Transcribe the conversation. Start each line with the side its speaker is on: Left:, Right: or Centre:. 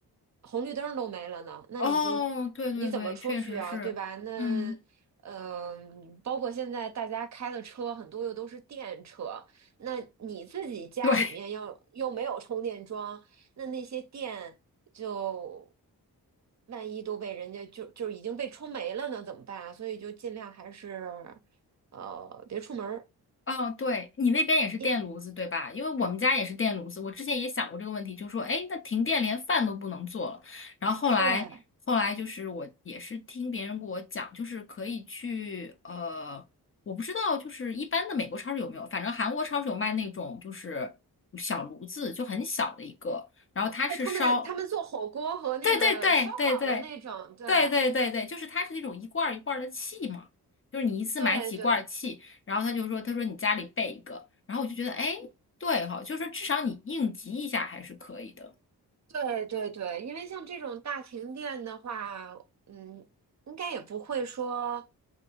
Right: 红绿灯儿都没了呢，那你就
Left: 哦，对对对，
Right: 你怎么出去啊，
Left: 确实是，
Right: 对吧？那嗯、
Left: 嗯，
Right: 包括现在大家开的车很多又都是电车，那你自己家里面要又没有充电桩，
Left: 对，
Right: 那那些电就万一都被人家就就已经被充没了呢，怎么办啊？所以就尽量还是。呃，别出门儿。
Left: 哦，对，你那边也是电炉子对吧？
Right: 一，
Left: 因为我们家也是电炉子，我之前也想过这个问题，就说，哎，那停电连饭都不能做了。然后后来，
Right: 对
Left: 后来就是我也是听别人给我讲，就是可以去，呃，我不知道，就是一般的美国超市有没有，反正韩国超市有卖那种就是小炉子，就很小的一个，然后它是烧，
Right: 对，他们他们做火锅和那个烧烤的那种，
Left: 对对对对对。
Right: 对
Left: 对对对对，就是它是那种一罐儿一罐儿的气嘛，就是你一次买几罐儿气，
Right: 对对
Left: 然后他就说，他说你家里备一个，然后我就觉得，哎，对哈、就是说至少你应急一下还是可以的。
Right: 对对对，因为像这种大停电的话，嗯，应该也不会说